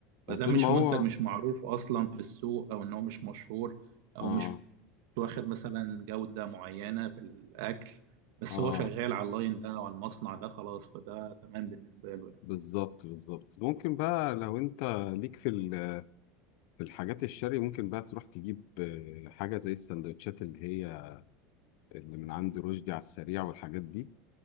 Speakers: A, on the left; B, on the right.
A: وطول
B: فده مش
A: ما هو
B: منتج مش معروف اصلا في السوق او ان هو مش مشهور او
A: اه
B: مش مش واخد مثلا جودة معينة في الأكل بس
A: اه
B: هو شغال على اللاين ده أو على المصنع ده خلاص فده تمام بالنسبة له يعني
A: بالظبط بالظبط ممكن بقى لو انت ليك في ال- في الحاجات الشرقي ممكن بقى تروح تجيب آه، حاجة زي السندوتشات اللي هي اللي من عند رشدي على السريع والحاجات دي